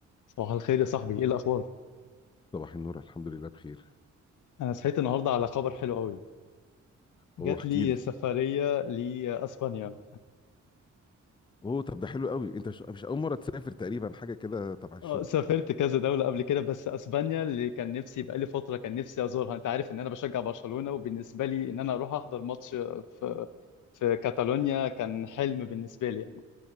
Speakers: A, on the left; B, on the left.
A: صباح الخير يا صاحبي ايه الاخبار
B: صباح النور الحمد لله بخير
A: انا صحيت النهارده على خبر حلو قوي جات
B: اوه احكي
A: لي
B: لي
A: سفريه لاسبانيا
B: اوه طب ده حلو قوي انت مش مش اول مره تسافر تقريبا حاجه كده تبع الشغل
A: اه سافرت كذا دوله قبل كده بس اسبانيا اللي كان نفسي بقالي فتره كان نفسي ازورها انت عارف ان انا بشجع برشلونه وبالنسبه لي ان انا اروح احضر ماتش في في كاتالونيا كان حلم بالنسبه لي يعني